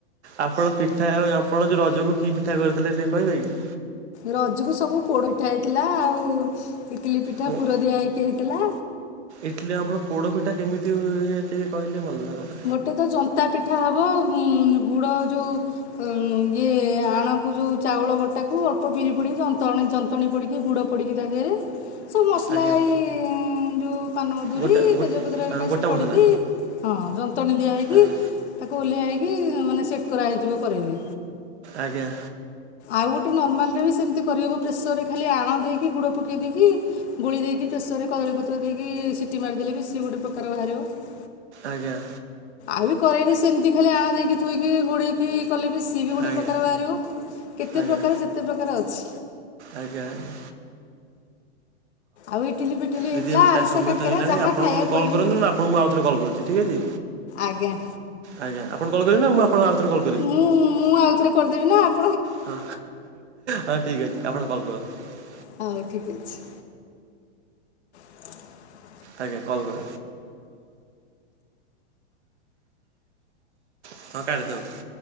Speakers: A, on the right; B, on the left.
A: ଆପଣ ପିଠା ଆ ଆପଣ ଯୋଉ ରଜକୁ କି ପିଠା କରିଥିଲେ ସେ କହିବେ କି?
B: ରଜକୁ ସବୁ ପୋଡ଼ପିଠା ହେଇଥିଲା ଆଉ ଇଡ଼ିଲି ପିଠା
A: କି?
B: ପୁର ଦିଆ ହେଇକି ହେଇଥିଲା।
A: ଇଟିଲି ଆମର ପୋଡ଼ିପିଠା କେମିତି ହୁଏ ଟିକେ କହିଲେ ଭଲ ଲାଗନ୍ତା।
B: ଗୋଟେ ତ ଜନ୍ତା ପିଠା ହବ। ଉଁ ଗୁଡ଼ ଯୋଉ ୟମ୍ ଇଏ ଆଣକୁ ଯେଉଁ ଚାଉଳ ବଟାକୁ ଅଳ୍ପ ବିରି ପଡ଼ିକି ଜନ୍ତରଣି ଜନ୍ତଣି ପଡ଼ିକି ଗୁଡ଼ ପଡ଼ିିକ ତାଦିହରେ ସବୁ ମସଲା
A: ଆଜ୍ଞା
B: ଏଇ ଯେଉଁ ପାନମଧୁରିୀ,
A: ଗୋଟା ଗୋ
B: ତେଜପତ୍ର ହାରିକ
A: ଆଁ ଗୋଟା
B: ସବୁ ପଡ଼ିକି
A: ମସଲା
B: ହଁ ଯନ୍ତଣୀ ଦିଆହେଇକି
A: ଆଜ୍ଞା
B: ତାକୁ ଓଲ୍ହା ହେଇକି ମାନେ ସେଟ୍ କରାହେଇଯିବ କରେଇରେ।
A: ଆଜ୍ଞା।
B: ଆଉ ଗୋଟେ ନର୍ମାଲରେ ବି ସେମିତି କରିହେବ ପ୍ରେସରରେ ଖାଲି ଆଣ ଦେଇକି ଗୁଡ଼ ପକେଇ ଦେଇକି ଗୋଳି ଦେଇକି ପ୍ରେସରରେ କଦଳୀପତ୍ର ଦେଇକି ସିଟି ମାରିଦେଲେ ବି ସିଏ ଗୋଟେ ପ୍ରକାର ବାହାରିବ।
A: ଆଜ୍ଞା।
B: ଆଉ ବି କରେଇରେ ସେମିତି ଖାଲି ଆଣ ଦେଇକି ଥୋଇକି ଘୋଡ଼େଇକି କଲେ ବି ସିଏ ବି ଗୋଟେ
A: ଆଜ୍ଞା
B: ପ୍ରକାର ବାହାରିବ। ଯେତେ
A: ଆଜ୍ଞା
B: ପ୍ରକାର ଯେତେ ପ୍ରକାର ଅଛି।
A: ଆଜ୍ଞା, ଆଜ୍ଞା।
B: ଆଉ ଇଟିଲି, ପିଟିଲି
A: ଦିଦି
B: ହେଇଥିଲା
A: ଏବେ
B: ଆରିସା,
A: ଟା ସମୟ
B: କାକେରେ
A: ତ ହେଇଗଲାଣି
B: ଯାହା
A: ଆପଣ
B: ଖାଇବାକୁ
A: ନହେଲେ କଲ୍
B: କହିବେ।
A: କରନ୍ତୁ ନହେଲେ ଆପଣଙ୍କୁ ମୁଁ ଆଉଥରେ କଲ୍ କରୁଛି ଠିକ୍ ଅଛି
B: ଆଜ୍ଞା।
A: ଆଜ୍ଞା ଆପଣ କଲ କରିବେ ନା ମୁଁ ଆପ୍ ପୁଣି ଆଉ ଥରେ କରୁ
B: ମୁଁ ମୁଁ ଆଉଥରେ କରିଦେବି ନା ଆପ୍
A: ହଁ, ହଁ ଠିକ ଅଛି ଆପଣ କଲ୍ କରନ୍ତୁ।
B: ହଉ ଠିକ ଅଛି। <inaudible>
A: ଆଜ୍ଞା, କଲ କରନ୍ତ ହଁ କାଟି ଦିଅନ୍ତୁ।